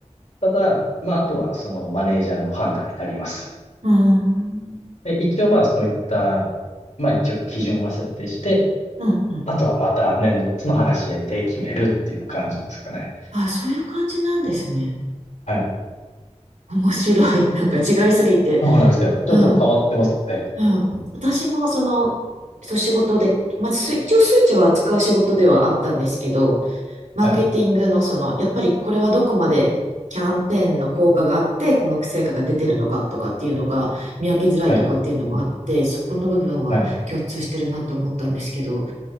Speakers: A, on the left; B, on the right.
A: ただ、まあ、あとはそのマネージャーの判断になります。
B: うーん。
A: で、一応まあそういった、まあ一応基準は設定して、
B: うんうん。
A: あとはまた年度末の話し合いで決めるっていう感じですかね。
B: ああ、そういう感じなんですね。
A: はい。
B: 面白い。なんか違いすぎて。
A: そうなんですよ。ちょっと変わってますよね。
B: うん。うん私もその、そう仕事で、まあ、す一応数値は扱う仕事ではあったんですけど、マーケティングのその、
A: はい。
B: やっぱりこれはどこまでキャンペーンの効果があって、この成果が出てるのかとかっていうのが見分けづらいとかっていうのもあって、
A: はい。
B: そこの部分は共通してるなと思ったんですけど、
A: はい。